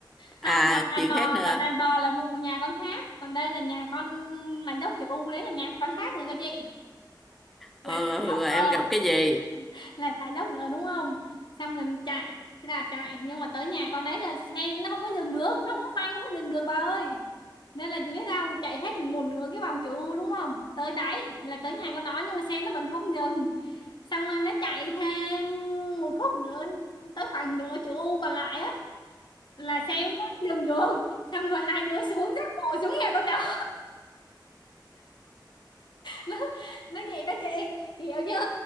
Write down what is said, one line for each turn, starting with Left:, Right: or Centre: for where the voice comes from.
Left: không
Centre: à
Left: gặp đàn
Centre: chuyện
Left: bò
Centre: khác nữa
Left: gặp đàn bò là vụ nhà con khác còn đây là nhà con mà dốc chữ U đấy là nhà con khác nữa cơ chị
Centre: ờ
Left: là cả
Centre: ờ, ừ
Left: dốc
Centre: mà
Left: ờ
Centre: em gặp cái gì
Left: là thả dốc nữa đúng không xong rồi chạy xe đạp chạy nhưng mà tới nhà con đấy là xe nó không có dừng được nó không có phanh không có dừng được bà ơi nên là chị biết sao không? chạy hết một nửa cái vòng chữ U đúng không tới đáy là tới nhà con đó nhưng mà xe nó vẫn không dừng xong rồi nó chạy thêm một khúc nữa tới khoảng nửa chữ U còn lại á là xe nó dừng được xong rồi hai đứa xuống dắt bộ xuống nhà con đó <laughs> nó nó gì đó chị chị hiểu chưa